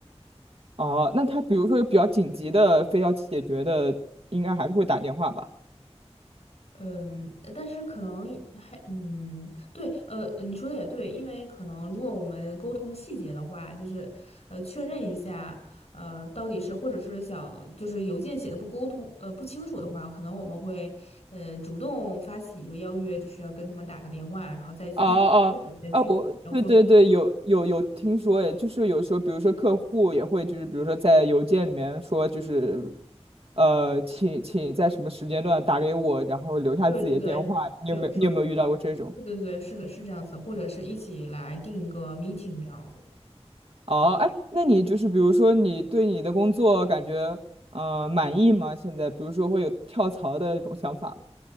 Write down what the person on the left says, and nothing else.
嗯，但是可能还嗯，对，呃，你说的也对，因为可能如果我们沟通细节的话，就是呃确认一下，呃，到底是或者是想就是邮件写的不沟通呃不清楚的话，可能我们会呃主动发起一个邀约，就是要跟他们打个电话，然后再一起确认一下具体要做什么。
对对对，
有的时候会。对对对，是的，是这样子的或者是一起来定个 meeting 这样子。